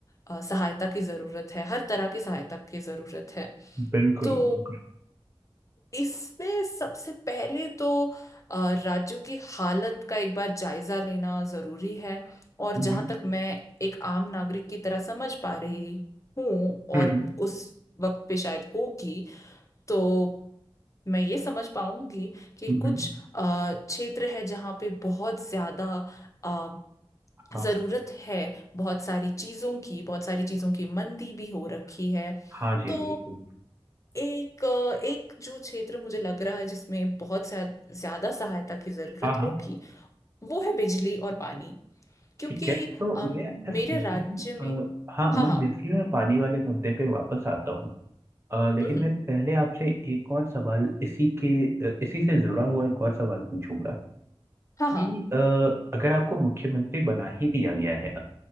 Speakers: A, on the left; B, on the right.
A: अ, सहायता की जरूरत है हर तरह की सहायता की जरूरत है
B: बिल्कुल
A: तो
B: बिल्कुल
A: इसमें सबसे पहले तो अ, राज्यों की हालत का एक बार जायजा लेना जरूरी है और
B: हम्म,
A: जहां तक मैं एक आम नागरिक की तरह समझ पा रही हूँ
B: हम्म,
A: और उस वक्त पे शायद होगी तो मैं ये समझ पाऊंगी कि
B: हम्म,
A: कुछ
B: हम्म।
A: अ, क्षेत्र है जहाँ पे बहुत ज्यादा अ,
B: हाँ
A: जरूरत है बहुत सारी चीजों की बहुत सारी चीजों की मंदी भी हो रखी है
B: हाँ जी
A: तो
B: बिल्कुल
A: एक अ, एक जो क्षेत्र मुझे लग रहा है जिसमें बहुत सा ज्यादा सहायता की जरूरत
B: हाँ हाँ
A: होगी वो है बिजली और पानी क्योंकि
B: ठीक है तो
A: अम,
B: मैं
A: मेरे
B: इस
A: राज्य में
B: अ, हाँ मैं
A: हाँ हाँ
B: बिजली और पानी वाले मुद्दे पे वापस आता हूँ अ, लेकिन
A: हम्म,
B: मैं पहले आपसे एक और सवाल इसी के अ, इसी से जुड़ा हुआ एक और सवाल पूछूंगा
A: हाँ
B: कि
A: हाँ
B: अ, अगर आपको मुख्यमंत्री बना ही दिया गया है